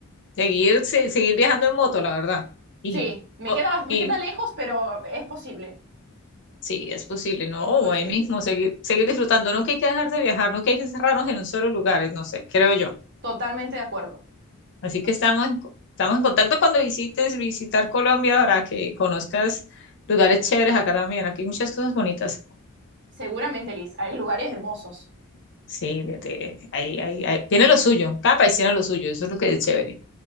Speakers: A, on the left; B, on the right.
A: Seguir, se- seguir viajando en moto, la verdad. Y,
B: Sí, me queda, me
A: y
B: queda lejos, pero es posible.
A: sí, es posible, ¿no?
B: Es
A: O
B: posible.
A: ahí mismo, seguir, seguir disfrutando. No que hay que dejar de viajar, no que hay que cerrarnos en un solo lugar, no sé, creo yo.
B: Totalmente de acuerdo.
A: Así
B: To-
A: que estamos en, co- estamos en contacto cuando visites, visitar Colombia para que conozcas lugares chéveres acá también. Aquí hay muchas cosas bonitas.
B: Seguramente, Liz, hay lugares hermosos.
A: Sí, de, de- ahí, ahí, ahí. Tiene lo suyo, cada país tiene lo suyo, eso es lo que es chévere.